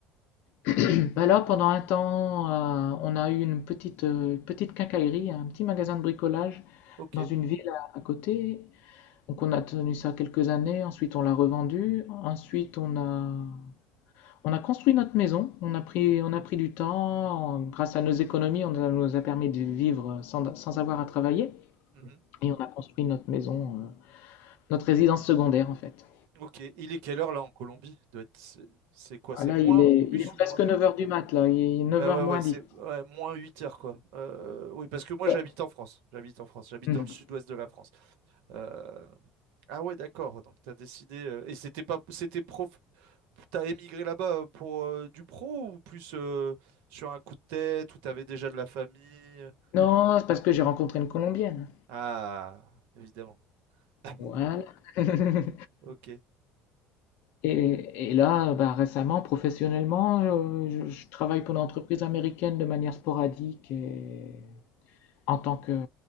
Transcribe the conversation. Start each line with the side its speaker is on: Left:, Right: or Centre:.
Left: <clears throat> Ben là, pendant un temps, euh, on a eu une petite, euh, petite quincaillerie, un petit magasin de bricolage
Right: Ok.
Left: dans une ville à, à côté. Donc on a tenu ça quelques années, ensuite on l'a revendu, ensuite on a, on a construit notre maison, on a pris, on a pris du temps, grâce à nos économies, on a- nous a permis de vivre sans, sans avoir à travailler.
Right: Mhm.
Left: Et on a construit notre maison euh, Notre résidence secondaire, en fait.
Right: Ok. Il est quelle heure là en Colombie? Doit être... C'est c'est quoi?
Left: Ah,
Right: C'est
Left: Là,
Right: moins
Left: il est,
Right: plus
Left: il est
Right: ou
Left: presque
Right: moins?
Left: neuf heures du mat, là. Il est neuf
Right: Ah
Left: heures
Right: ouais,
Left: moins
Right: ouais, c'est
Left: dix.
Right: ouais, moins 8 heures quoi. Euh, oui, parce que moi
Left: Ouais.
Right: j'habite en France. J'habite en France. J'habite
Left: Mhm.
Right: dans le sud-ouest de la France. Euh, Ah ouais, d'accord. Donc t'as décidé. euh, Et c'était pas c'était prof. T'as émigré là-bas euh, pour euh, du pro ou plus euh, sur un coup de tête où t'avais déjà de la famille?
Left: Non, c'est parce que j'ai rencontré une Colombienne.
Right: Ah, évidemment. <laughs>
Left: Voilà. <laughs>
Right: Ok.
Left: Et, et là, bah, récemment, professionnellement, euh, je, je travaille pour une entreprise américaine de manière sporadique et en tant que